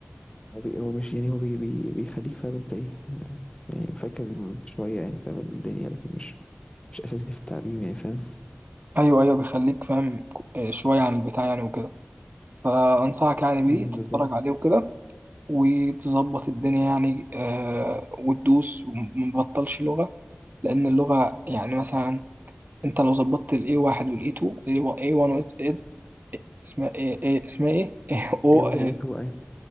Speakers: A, on the left; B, on the right.
A: هو, بي هو مش يعني هو بي بي بيخليك فاهم أنت إيه آه، يعني فاكر الم- شوية يعني فاهم الدنيا لكن مش مش أساسي في التعليم يعني فاهم
B: أيوه أيوه بيخليك فاهم ك- آه، شوية عن البتاع يعني وكده فأنصحك يعني بيه
A: أمم،
B: تتفرج
A: بالظبط
B: عليه وكده وتظبط الدنيا يعني آه، وتدوس ومبطلش لغة لأن اللغة يعني مثلا انت لو ظبطت ال A1 وال A2 ال A1 وال A اسمها ايه ايه اسمها ايه <laughs> او
A: A1
B: اه
A: و A2 أيوة